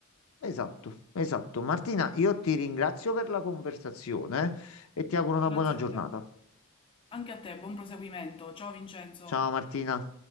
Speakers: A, on the left; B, on the left.
A: esatto, esatto. Martina, io ti ringrazio per la conversazione e ti auguro una
B: Grazie
A: buona giornata.
B: a te. Anche a te, buon proseguimento. Ciao Vincenzo.
A: Ciao Martina.